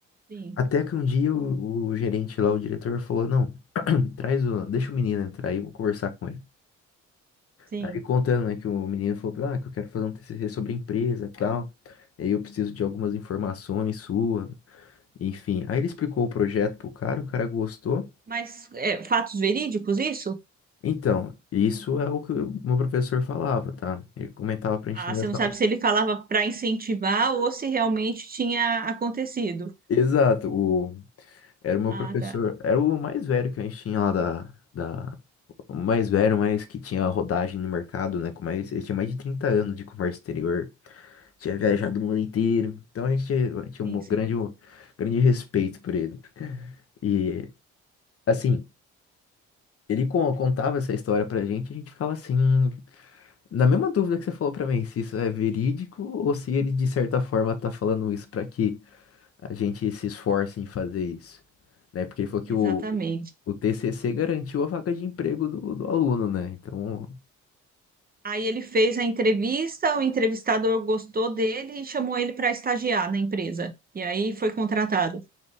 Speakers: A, on the right (about 30°); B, on the left (about 50°).
A: Sim,
B: Até que um dia o, o gerente lá, o diretor, falou: Não, <clears throat> traz o. Deixa o menino entrar aí, eu vou conversar com ele.
A: sim.
B: Aí ele contando, né, que o menino falou: pra ele, Ah, que eu quero fazer um TCC sobre a empresa e tal. E aí eu preciso de algumas informações sua. Enfim. Aí ele explicou o projeto pro cara, o cara gostou.
A: Mas é, fatos verídicos, isso?
B: Então, isso é o que o meu professor falava, tá? Ele comentava pra
A: Ah,
B: gente dentro
A: você não
B: da
A: sabe
B: sala.
A: se ele falava para incentivar ou se realmente tinha acontecido.
B: Exato, o Era o meu
A: Ah,
B: professor,
A: tá.
B: era o mais velho que a gente tinha lá da, da... O mais velho, mas que tinha rodagem no mercado, né? Com mais, ele tinha mais de 30 anos de comércio exterior, tinha viajado o mundo inteiro. Então a gente tinha tinha
A: Sim,
B: um
A: sim.
B: grande, um grande respeito por ele. E, assim, ele co- contava essa história pra gente, a gente ficava assim, na mesma dúvida que você falou pra mim, se isso é verídico ou se ele, de certa forma, tá falando isso pra que a gente se esforça em fazer isso, né? Porque ele falou que
A: Exatamente.
B: o, o TCC garantiu a vaga de emprego do, do aluno, né? Então,
A: Aí ele fez a entrevista, o entrevistador gostou dele e chamou ele para estagiar na empresa. E aí foi contratado.